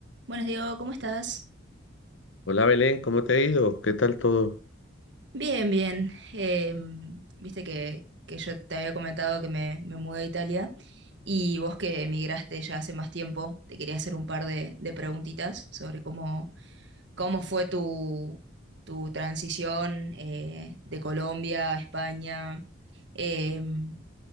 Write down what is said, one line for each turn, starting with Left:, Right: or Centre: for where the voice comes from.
Right: Buenos Diego, ¿cómo estás?
Left: Hola Belén, ¿cómo te ha ido? ¿Qué tal todo?
Right: Bien, bien. Em, viste que, que yo te había comentado que me, me mudé a Italia y vos que emigraste ya hace más tiempo, te quería hacer un par de, de preguntitas sobre cómo, cómo fue tu, tu transición eh, de Colombia a España. Em,